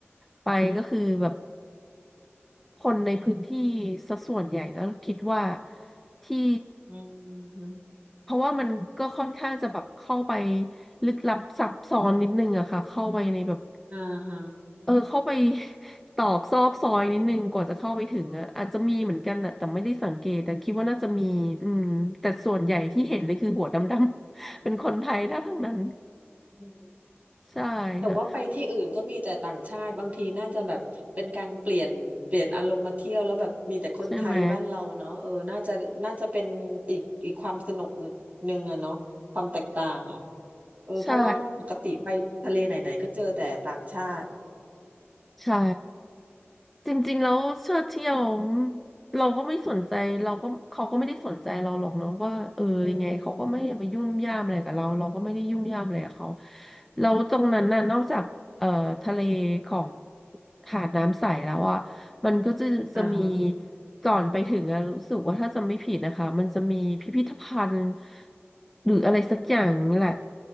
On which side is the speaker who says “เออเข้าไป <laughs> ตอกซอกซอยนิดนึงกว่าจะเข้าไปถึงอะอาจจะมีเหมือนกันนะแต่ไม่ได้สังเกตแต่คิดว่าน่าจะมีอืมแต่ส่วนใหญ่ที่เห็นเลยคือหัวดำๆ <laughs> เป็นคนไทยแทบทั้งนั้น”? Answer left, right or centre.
Centre